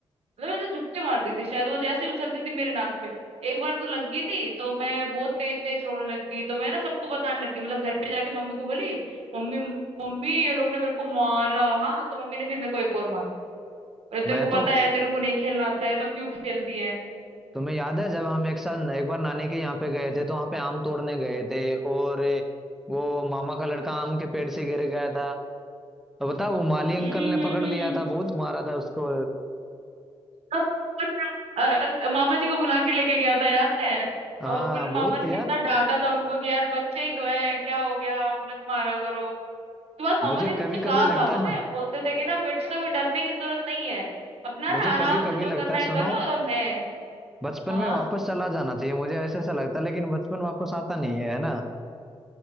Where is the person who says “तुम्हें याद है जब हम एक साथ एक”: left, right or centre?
Centre